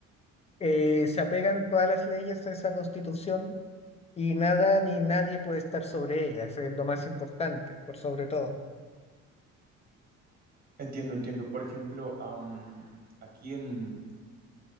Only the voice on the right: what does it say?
Entiendo, entiendo. Por ejemplo, am, aquí en,